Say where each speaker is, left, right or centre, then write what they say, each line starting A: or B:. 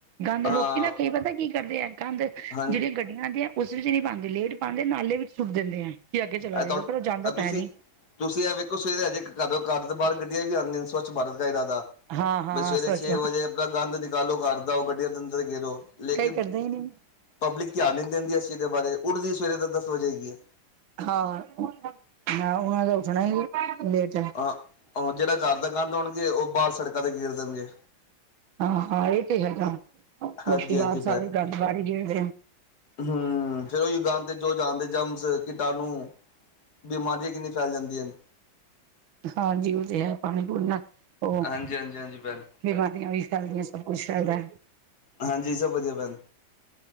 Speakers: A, on the right; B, on the left.
A: ਗੰਦ ਲੋਕੀ
B: ਹਾਂ
A: ਨਾ ਕਈ ਪਤਾ ਕੀ ਕਰਦੇ ਆ। ਗੰਦ
B: ਹਾਂ
A: ਜਿਹੜੀਆਂ ਗੱਡੀਆਂ ਆਦੀਆਂ, ਉਸ ਵਿੱਚ ਨਹੀ ਪਾਦੇ ਲੇਟ ਪਾਦੇ, ਨਾਲੇ ਵਿੱਚ ਸੁੱਟ ਦਿੰਦੇ ਆ। ਕੀ ਅੱਗੇ ਚਲਾ
B: ਐ
A: ਜਾਏਗਾ,
B: ਤੁਹਾ
A: ਪਰ ਉਹ ਜਾਂਦਾ
B: ਤੁਸੀਂ
A: ਤਾਂ ਹੈ ਨਹੀਂ।
B: ਤੁਸੀਂ ਇਹ ਵੇਖੋ ਸਵੇਰੇ ਹਜੇ ਕਰਓ, ਘਰ ਦੇ ਬਾਹਰ ਗੱਡਆ ਵੀ ਆਉਂਆਂ ਨੇ ਸਵੱਛ ਭਾਰਤ ਦਾ ਇਰਾਦਾ।
A: ਹਾਂ ਹਾਂ
B: ਬ ਸਵੇਰੇ
A: ਸੱਚ
B: ਛੇ ਵਜੇ ਗੰਦ ਨਿਕਾਲੋ ਘਰਦਾ ਓ ਗੱਡੀਆਂ ਦੇ ਅੰਦਰ ਗੇਰੋ ਲੇਕਿਨ।
A: ਕਈ ਕਰਦੇ ਹੀ ਨਹੀਂ
B: ਪਬਲਿਕ ਧਿਆਨ ਨੀ ਦਿੰਦੀ, ਇਸ ਚੀਜ਼ ਦੇ ਬਾਰੇ ਉੱਠਦੀ ਸਵੇਰੇ ਤੋਂ ਦਸ ਵਜੇਗੀ ਹੈ।
A: ਹਾਂ, ਨਾ ਉਹਨਾਂ ਦਾ ਜਣਾ ਹੀ ਲੇਟ ਐ।
B: ਹਾਂ ਜਿਹੜਾ ਘਰ ਦਾ ਗੰਦ ਹੋਣਗੇ ਉਹ ਬਾਹਰ ਸੜਕਾਂ ਤੇ ਗੇਰ ਦੇਣਗੇ
A: ਹਾਂ, ਹਾਂ ਇਹ ਤੇ ਹੈਗਾ,
B: ਹਾਂਜੀ
A: ਲੋਕੀ
B: ਹਾਂਜੀ
A: ਬਾਹਰ ਸਾਰੇ ਗੱਲ ਬਾਰੇ <unintelligible>
B: ਹੂੰ, ਫੇਰ ਓਹੀ ਗੰਦ ਤੇ ਜੋ ਜਾਨ ਦੇ ਜਮਸ ਕੀਟਾਨੂ। ਬਿਮਾਰੀਆਂ ਕਿੰਨੀ ਫੈਲ ਜਾਂਦੀਆਂ ਨ।
A: ਹਾਂਜੀ, ਉਹ ਤੇ ਹੈ, ਪਾਣੀ ਪੂਣੀ ਨਾਲ ਉਹ
B: ਹਾਂਜੀ ਹਾਂਜੀ ਹਾਂਜੀ ਭੈਣ
A: ਬਿਮਾਰੀਆਂ ਵੀ ਫੈਲਦੀਆਂ, ਸਭ ਕੁੱਛ ਫੈਲਦਾ।
B: ਹਾਂਜੀ, ਸਭ ਵਧੀਆ ਭੈਣ।